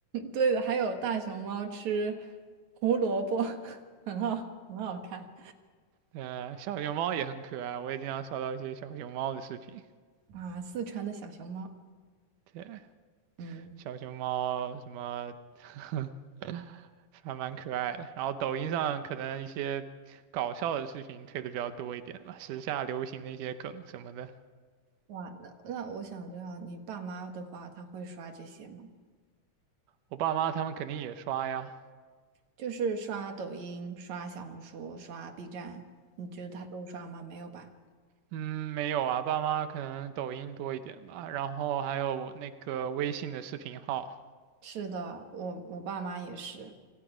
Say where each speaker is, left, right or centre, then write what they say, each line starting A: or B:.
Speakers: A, on the right; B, on the right.
A: 对的，还有大熊猫吃胡萝卜，<laughs> 很好很好看
B: 呃，小熊猫也很可爱，我也经常刷到一些小熊猫的视频。
A: 啊，四川的小熊猫。
B: 对，
A: 嗯，
B: 小熊猫什么 <laughs> 还蛮可爱的。然后抖音上可能一些搞笑的视频推的比较多一点吧，时下流行那些梗什么的，
A: 哇，那那我想知道你爸妈的话，他会刷这些吗？
B: 我爸妈他们肯定也刷呀。
A: 就是刷抖音、刷小红书、刷 B 站，你觉得他都刷吗？没有吧？
B: 嗯，没有啊，爸妈可能抖音多一点吧，然后还有我那个微信的视频号，
A: 是的，我我爸妈也是。